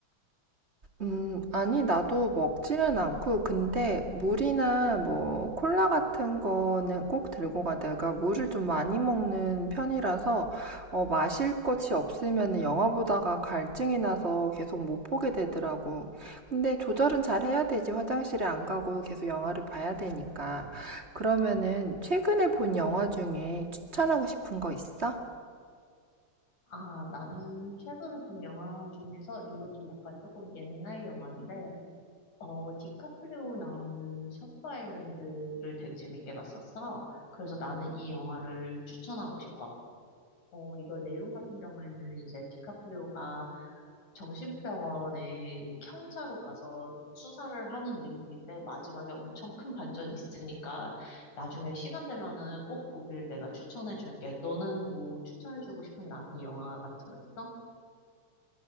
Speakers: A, on the right; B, on the left.
A: 음, 아니, 나도 먹지는 않고, 근데 물이나 뭐 콜라 같은 거는 꼭 들고 가. 내가 물을 좀 많이 먹는 편이라서, 어, 마실 것이 없으면 영화 보다가 갈증이 나서 계속 못 보게 되더라고. 근데 조절은 잘 해야 되지. 화장실에 안 가고 계속 영화를 봐야 되니까. 그러면은 최근에 본 영화 중에 추천하고 싶은 거 있어?
B: 아, 나는 최근에 본 영화 중에서 이것도 약간 조금 옛날 영화인데, 어, 디카프리오 나오는 셔터 아일랜드를 되게 재밌게 봤었어. 그래서 나는 이 영화를 추천하고 싶어. 어, 이거 내용 같은 경우에는 이제 디카프리오가 정신병원에 형사로 가서 수사를 하는 내용인데, 마지막에 엄청 큰 반전이 있으니까, 나중에 시간 되면은 꼭 보길 내가 추천해줄게. 너는 뭐 추천해주고 싶은 나한테 영화 같은 거 있어?